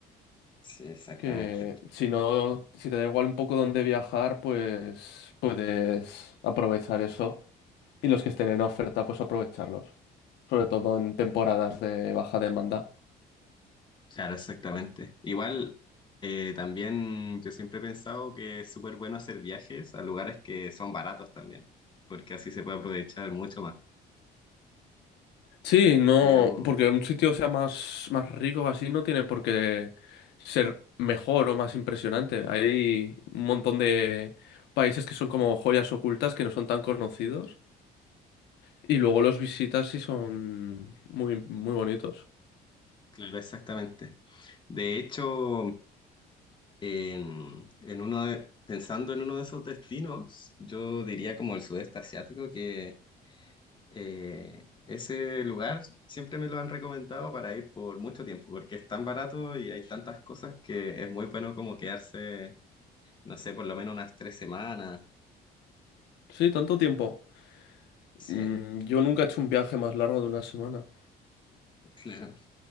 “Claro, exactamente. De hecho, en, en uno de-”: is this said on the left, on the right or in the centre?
Left